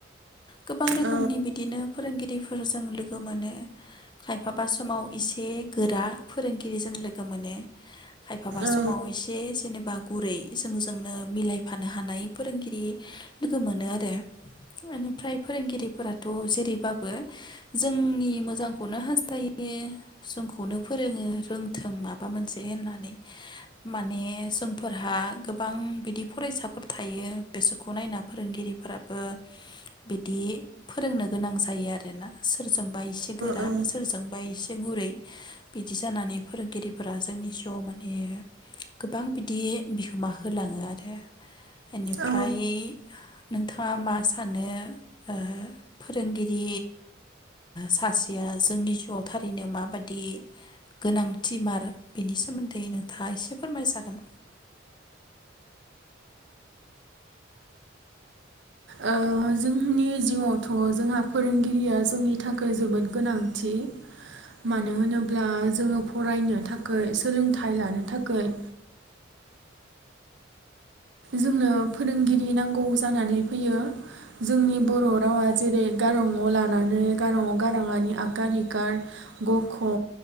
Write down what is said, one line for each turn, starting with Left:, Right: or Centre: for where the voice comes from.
Left: गोबां रोखोमनि
Right: औ
Left: बिदिनो फोरोंगिरि फोरजों लोगो मोनो खायफाबा समाव इसे गोरा फोरोंगिरिजों लोगो मोनो खायफाबा
Right: औ
Left: समाव एसे जेनेबा गुरै जोंजोंनो मिलायफानो हानाय फोरोंगिरि लोगो मोनो आरो बेनिफ्राय फोरोंगिरिफोराथ जेरै बो जोंनि मोजांखौनो हास्थायो जोंखौनो फोरोङो रोंथों माबा मोनसे होननानै माने जोंफोरहा गोबां बिदि फरायसाफोर थायो बेसोरखौ नायना फोरोंगिरिफोराबो बिदि फोरोंनो गोनां जा जायो आरोना सो सोरजोंबा इसे गोरा
Right: औ
Left: सोरजोंबा इसे गुरै बिदि जानानै फोरोंगिरिफोरा जोंनि जिआव माने गोबां बिदि बिहोमा होलाङोआरो बेनिफ्राय
Right: औ
Left: नोंथाङा मा सानो ओ फोरोंगिर रि सासेया जोंनि जिउआव थारैनो माबायदि गोनांथि मार बेनि सोमोन्दै नोंथाङा एसे फोरमायजागोन
Right: ओ जोंनि जिउआवथ जोंहा फोरोंगिरिया जोंनि थाखाय जोबोद गोनांथि मानो होनोब्ला जोङो फरायनो थाखाय सोलोंथाइ लानो थाखाय जोंनो फोरोंगिरि नांगौ जानानै फैयो जोंनि बर रावा जेरै गारां अ लानानै गारां आ गाराङानि आखार इखार ग क